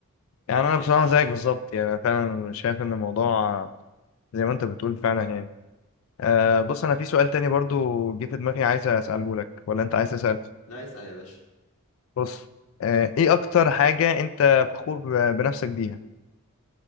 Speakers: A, on the left (about 65°); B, on the left (about 90°).
A: يعني انا بصراحة زيك بالظبط يعني فعلا شايف ان الموضوع زي ما انت بتقول فعلا يعني آه بص انا في سؤال تاني برضو جه في دماغي عايز اساله لك ولا انت عايز تسال
B: لا اسال يا باشا
A: بص آه ايه اكتر حاجه انت فخور ب- بنفسك بيها